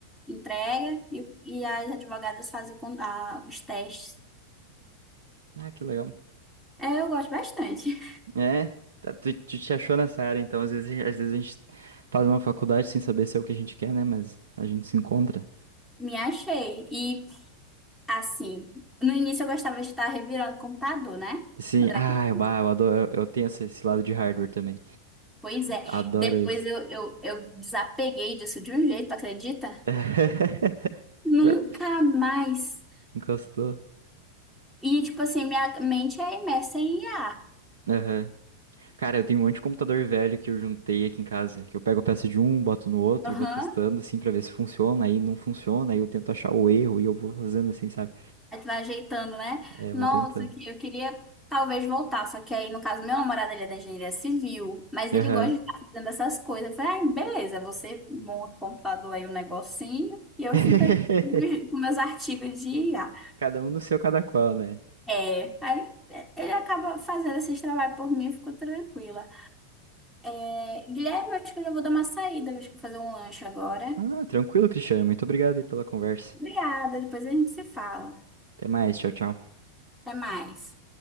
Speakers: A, in the centre; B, on the right.
A: entrega, e, e as advogadas fazem o con- a- os testes.
B: Ah, que legal.
A: É, eu gosto bastante.
B: É, tá, tu, tu te achou nessa área, então às vezes, a- às vezes a gente faz uma faculdade sem saber se é o que a gente quer, né? Mas a gente se encontra.
A: Me achei. e Assim, no início eu gostava de estar revirando o computador, né?
B: Sim,
A: Quando era
B: ah,
A: criança.
B: eu, bah, eu adoro, eu, eu tenho esse, esse lado de hardware também.
A: Pois é.
B: Adoro
A: Depois
B: isso.
A: eu, eu, eu desapeguei disso de um jeito, tu acredita?
B: <laughs>
A: Nunca mais.
B: Encostou.
A: E, tipo assim, minha mente é imersa em IA.
B: Aham. Cara, eu tenho um monte de computador velho que eu juntei aqui em casa, que eu pego a peça de um, boto no outro
A: Aham.
B: e vou testando assim pra ver se funciona, aí não funciona, aí eu tento achar o erro e eu vou fazendo assim, sabe?
A: Aí tu vai ajeitando, né?
B: É,
A: Nossa,
B: vou tentando.
A: que- eu queria talvez voltar. Só que aí, no caso, meu namorado, ele é da engenharia civil, mas
B: Aham.
A: ele gosta de estar fazendo essas coisas. Eu falei, ah, beleza, você monta o computador aí, um negocinho, e eu
B: <laughs>
A: fico aqui com meus com meus artigos de IA.
B: Cada um no seu, cada qual, né?
A: É, aí é, ele acaba fazendo esses trabalhos por mim, eu fico tranquila. É, Guilherme, eu acho que eu já vou dar uma saída, eu acho que vou fazer um lanche agora.
B: Ah, tranquilo, Cristiane. Muito obrigado aí pela conversa.
A: Obrigada, depois a gente se fala.
B: Até mais. Tchau, tchau.
A: Até mais.